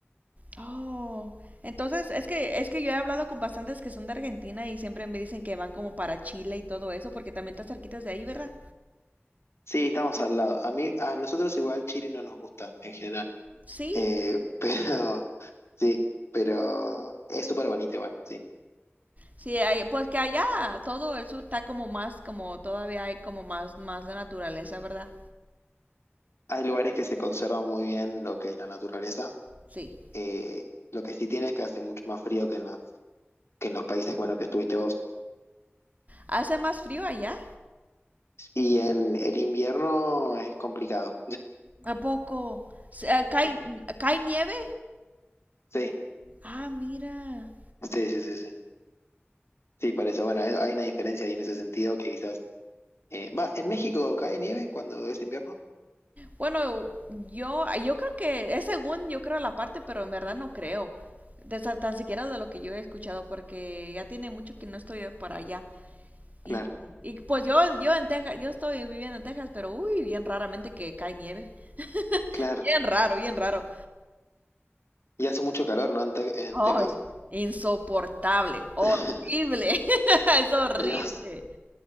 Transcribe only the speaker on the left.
Sí, estamos al lado. A mí, a nosotros igual Chile no nos gusta en general.
Eh, <laughs> pero sí, pero es súper bonito igual, sí.
Hay lugares que se conservan muy bien lo que es la naturaleza.
Eh, lo que sí tiene es que hace mucho más frío que en las- que en los países, bueno, que estuviste vos.
Y en el invierno es complicado.
Sí.
Sí,
Sí, sí, sí, sí. Sí, por eso, bueno, es- hay una diferencia ahí en ese sentido que quizás... eh, va, ¿en México cae nieve cuando es invierno?
Claro,
claro.
Y hace mucho calor, ¿no? En, Te- en
Texas.
<laughs>
Dios.